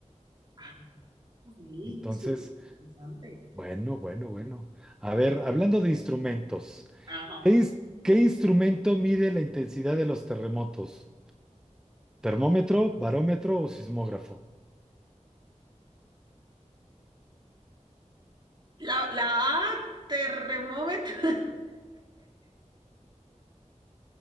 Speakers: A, on the right; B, in the centre.
A: Ah, sí,
B: Entonces,
A: súper interesante.
B: Bueno, bueno, bueno. A ver, hablando de instrumentos,
A: Ajá.
B: ¿qué, ins- qué instrumento mide la intensidad de los terremotos? ¿Termómetro, barómetro o sismógrafo?
A: La, la A, terremómetro. <laughs>